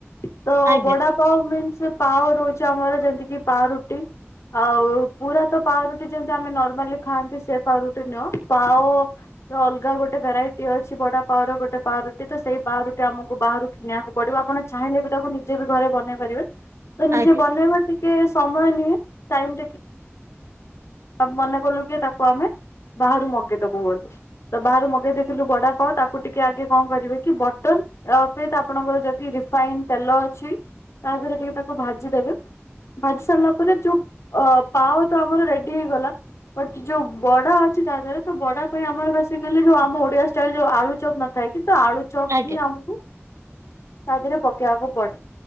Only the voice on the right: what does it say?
ଆଜ୍ଞା
ଆଜ୍ଞା
ଆଜ୍ଞା